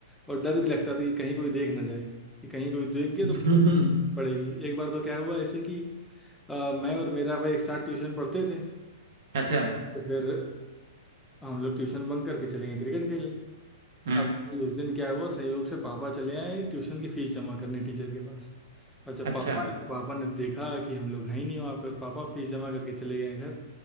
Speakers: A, in the centre; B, on the right.
A: और डर भी लगता था कि कहीं कोई देख ना जाए कि कहीं कोई देख गया
B: हम्म
A: तो बड़ी पड़ेगी एक बार तो क्या हुआ ऐसे कि अ, मैं और मेरा भाई एक साथ ट्यूशन पढ़ते थे
B: <laughs> अच्छा
A: तो फिर अ, हम लोग ट्यूशन बंक करके चले गए क्रिकेट खेलने
B: हम्म
A: अब उस दिन क्या हुआ संयोग से पापा चले आए ट्यूशन की फीस जमा करने टीचर के पास और जब
B: अच्छा
A: पापा आए, तो पापा ने देखा कि हम लोग हैं ही नहीं वहाँ पर पापा फीस जमा करके चले गए